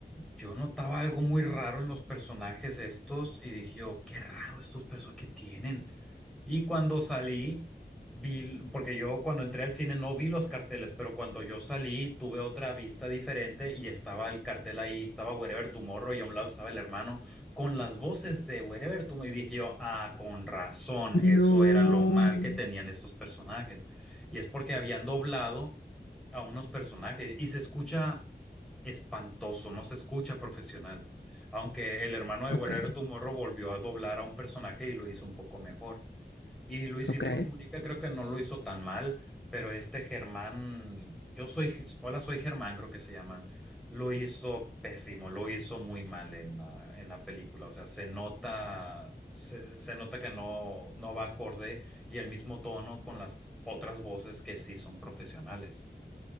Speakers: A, in the centre; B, on the left.
A: yo notaba algo muy raro en los personajes estos y dije yo, qué raro estos personajes que tienen. Y cuando salí, vi, porque yo cuando entré al cine no vi los carteles, pero cuando yo salí tuve otra vista diferente y estaba el cartel ahí, estaba Wherever Tomorrow y a un lado estaba el hermano con las voces de Wherever Tomorrow y dije yo, ah, con razón, eso
B: No.
A: era lo mal que tenían estos personajes. Y es porque habían doblado a unos personajes y se escucha espantoso, no se escucha profesional. Aunque el hermano de
B: Ok,
A: Guerrero Tomorrow volvió a doblar a un personaje y lo hizo un poco mejor. Y Luisito
B: ok.
A: Comunica creo que no lo hizo tan mal, pero este Germán, yo soy, hola, soy Germán, creo que se llama, lo hizo pésimo, lo hizo muy mal en la, en la película. O sea, se nota, se, se nota que no, no va acorde y el mismo tono con las otras voces que sí son profesionales.